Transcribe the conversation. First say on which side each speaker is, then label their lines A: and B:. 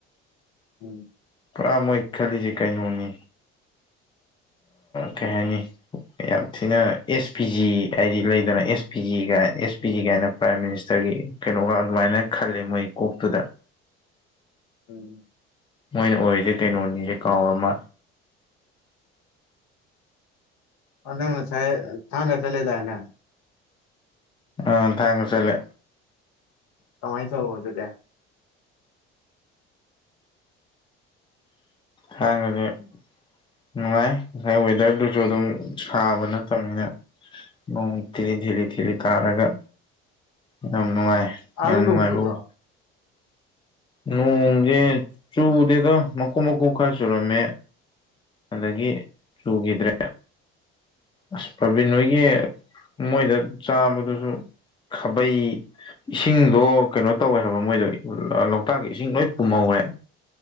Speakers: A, on the left (about 65°); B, on the left (about 15°).
A: ꯎꯝ
B: ꯄꯨꯔꯥ ꯃꯣꯏ ꯈꯜꯂꯤꯁꯦ ꯀꯩꯅꯣꯅꯤ ꯀꯩ ꯍꯥꯏꯅꯤ ꯌꯥꯝ ꯊꯤꯅ ꯑꯦꯁ ꯄꯤ ꯖꯤ ꯍꯥꯏꯗꯤ ꯂꯩꯗꯅ S P ꯖꯤꯒꯥꯏ S P G ꯀꯥꯏꯅ ꯄ꯭ꯔꯥꯏꯝ ꯃꯤꯅꯤꯁꯇꯔꯒꯤ ꯀꯩꯅꯣꯒ ꯑꯗꯨꯃꯥꯏꯅ ꯈꯜꯂꯤꯦ ꯃꯣꯏ ꯀꯣꯛꯇꯨꯗ
A: ꯎꯝ
B: ꯃꯣꯏꯅ ꯑꯣꯏꯔꯤꯁꯦ ꯀꯩꯅꯣꯅꯤꯁꯦ ꯀꯥꯎꯔꯃ
A: ꯅꯪ ꯅ ꯁꯥꯏꯌꯦ ꯊꯥꯡꯦꯠ ꯂꯩꯗꯅꯦ
B: ꯑ ꯊꯥꯡ ꯆꯂꯦ
A: ꯇꯃꯥꯏ ꯆ ꯑꯗꯨ ꯇ
B: ꯍꯗꯤ ꯅꯨꯡꯉꯥꯏ ꯉꯁꯥꯏ ꯋꯦꯗꯔꯗꯨꯁꯨ ꯑꯗꯨꯝ ꯁꯥꯕ ꯅꯠꯇꯕꯅꯤꯅ ꯅꯣꯡ ꯊꯤ ꯊꯤꯔꯤ ꯊꯤꯔꯤ ꯀꯥꯔꯒ ꯌꯥꯝ ꯅꯨꯡꯉꯥꯏ
A: ꯑꯗꯥ
B: ꯌꯥꯝ
A: ꯅꯣꯡ
B: ꯅꯨꯡꯉꯥꯏꯕ
A: ꯆꯨꯕ꯭ꯔꯣ
B: ꯅꯣꯡꯁꯦ ꯆꯨꯗꯦꯗꯣ ꯃꯀꯨ ꯃꯀꯨ ꯈꯔ ꯁꯨꯔꯝꯃꯦ ꯑꯗꯒꯤ ꯆꯨꯈꯤꯗ꯭ꯔꯦ ꯑꯁ ꯄ꯭ꯔꯥꯕꯤꯟ ꯅꯣꯏꯒꯤ ꯃꯣꯏꯗ ꯆꯥꯕꯗꯨꯁꯨ ꯈꯥꯕꯩ ꯏꯁꯤꯡꯗꯣ ꯀꯩꯅꯣ ꯇꯧꯋꯦ ꯍꯥꯏꯕ ꯃꯣꯏꯗꯣ ꯂꫭꯛꯇꯥꯛꯀꯤ ꯏꯁꯤꯡ ꯂꯣꯏ ꯄꯨꯝꯍꯧꯔꯦ